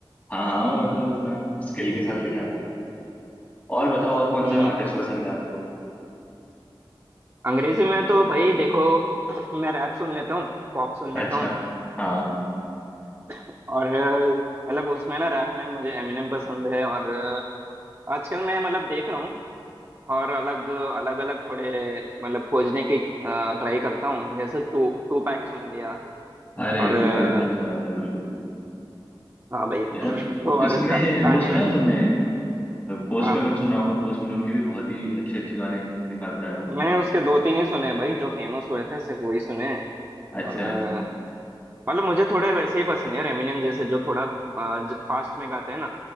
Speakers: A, on the left (about 20°); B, on the right (about 30°).
A: हाँ हाँ मतलब इतना स्किल के साथ लिखा है बोला और बताओ और कौन
B: हम्म
A: सा आर्टिस्ट पसंद है आपको
B: अंग्रेजी में तो भाई देखो मैं रैप सुन लेता हूँ पॉप सुन
A: अच्छा
B: लेता हूँ
A: हाँ
B: और अ, मतलब उसमें ना रैप में मुझे एमिनेम पसंद है और अ, आजकल मैं मतलब देख रहा हूँ और अलग अलग अलग थोड़े मतलब खोजने की ट्राई करता हूँ जैसे टू टू पैक सुन लिया
A: अरे
B: और अ,
A: टूपैक भी अच्छा गाता है बिल्कुल
B: हाँ भाई <clears throat>
A: यार
B: तो और
A: इसमें
B: का, कान्ये
A: वो सुना है तुमने पोस्ट
B: हाँ
A: मेलोन सुना होगा पोस्ट मेलोन के भी बहुत ही अच्छे अच्छे गाने निकालता है वो
B: मैंने उसके दो तीन ही सुने भाई जो फेमस हुए थे सिर्फ वही सुने हैं।
A: अच्छा
B: और अ,
A: अच्छा
B: मतलब मुझे थोड़े वैसे ही पसंद है एमिनेम जैसे जो थोड़ा फास्ट में गाते हैं ना